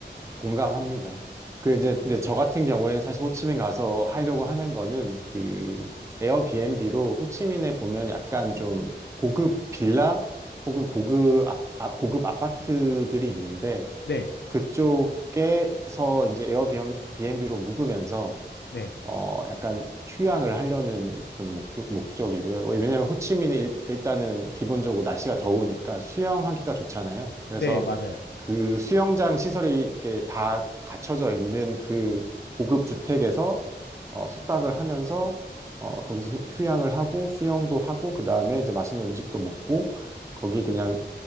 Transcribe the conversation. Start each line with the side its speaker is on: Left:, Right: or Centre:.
Right: 공감합니다. 그 이제, 이제 저 같은 경우에는 사실 호치민 가서 하려고 하는 거는 그 에어비앤비로 호치민에 보면 약간 좀 고급 빌라 혹은 고급 아, 아- 고급 아파트들이 있는데
Left: 네,
Right: 그쪽에서 이제 에어비앤비로 묵으면서
Left: 네,
Right: 어, 약간 휴양을 하려는 좀 목, 목적이고요. 왜냐하면 호치민이 일, 일단은 기본적으로 날씨가 더우니까 수영하기가 좋잖아요. 그래서
Left: 네, 맞아요.
Right: 그 수영장 시설이 이렇게 다 갖춰져 있는 그 고급 주택에서 어, 숙박을 하면서 어, 거기서 휴양을 하고 수영도 하고 그 다음에 이제 맛있는 음식도 먹고 거기 그냥